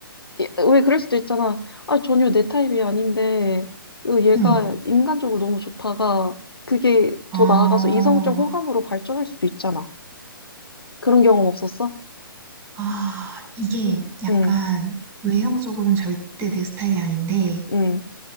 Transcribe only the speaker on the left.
예, 왜 그럴 수도 있잖아. 아, 전혀 내 타입이 아닌데, 으, 얘가
인간적으로 너무 좋다가, 그게
더 나아가서 이성적 호감으로 발전할 수도 있잖아. 그런 경험 없었어?
응,
응,